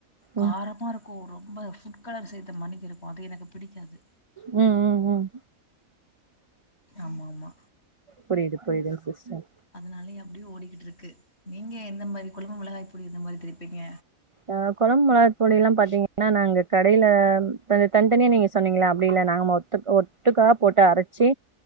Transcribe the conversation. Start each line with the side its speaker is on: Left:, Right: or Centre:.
Left: காரமாருக்கு
Right: ம்
Left: ரொம்ப ஃபுட் கலர் செய்த மணிக்கிருக்கு அது எனக்கு புடிக்காது
Right: ம் ம் ம்
Left: ஆமாமா
Right: புரியுது புரியுதுங்க சிஸ்டர்
Left: அதனாலயே அப்டியே ஓடிக்கிட்டுருக்கு. நீங்க எந்த மாரி கொழம்பு மொளகாய் புடி இந்த மாரி திருப்பீங்க?
Right: ஆ கொழம்பு மொளகாப் பொடியேலா பாத்தீங்கன்னா நா நாங்க கடையில கொஞ்ச தனித்தனியே நீங்க சொன்னீங்கல அப்படில்ல. நாங்க மொத்தக் ஒட்டுக்கா போட்டு அரச்சி.